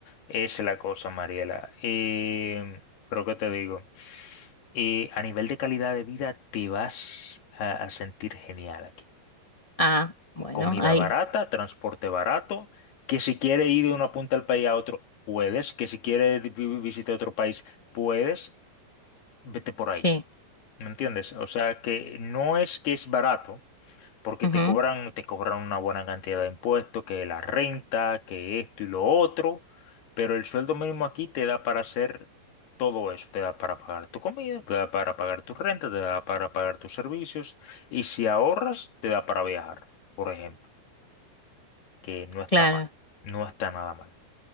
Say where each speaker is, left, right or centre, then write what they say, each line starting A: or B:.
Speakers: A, on the left; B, on the left.
A: esa es la cosa, Mariela. Eh, pero ¿qué te digo? Eh, a nivel de calidad de vida te vas a, a sentir genial aquí.
B: Ah, bueno,
A: Comida
B: ahí,
A: barata, transporte barato, que si quieres ir de una punta del país a otro, puedes, que si quieres vi- vi- visitar otro país, puedes, vete por
B: sí,
A: ahí, ¿me entiendes? O sea que no es que es barato. porque
B: ujú,
A: te cobran, te cobran una buena cantidad de impuestos, que la renta, que esto y lo otro, pero el sueldo mínimo aquí te da para hacer todo eso, te da para pagar tu comida, te da para pagar tu renta, te da para pagar tus servicios, y si ahorras, te da para viajar, por ejemplo, que no está
B: claro.
A: mal, no está nada mal.